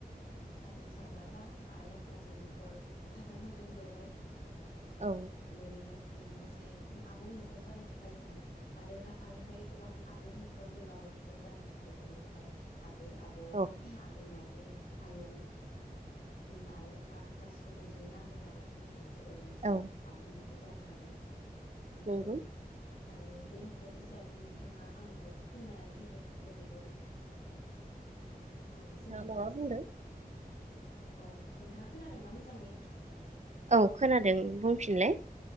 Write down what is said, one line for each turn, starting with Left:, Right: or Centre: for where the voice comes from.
Left: ओ साब्रै साबा बा आइ आफाजों नखर थाथारनांगोन बेवहाय
Right: औ
Left: बेनो मोनसे आबुं नखर जानो थाखाय जों आरो आरोहाय गोबां आबुं नखर गोलाव नखर जानो थाखाय जों बेवहाय आं बै आबौ
Right: औ
Left: आदै मादै आयं, ओम आइ आफा गासिखौबो जयै नांगोन आरो ओमफाय सो मोनसे
Right: औ
Left: आबुं न खर जानो हागोन।
Right: नंगौ
Left: द आरो बे नखरनि सायावनो नोंथाङा आंनो फोरमायनानै होदो बोरै बोरै नखरनि
Right: नोंथाङा
Left: सोमोन्दै
Right: माबा
Left: इसे
Right: बुंदों
Left: अ नोंथाङा खोनादों ना मोजाङै
Right: औ खोनादों बुंफिनलाय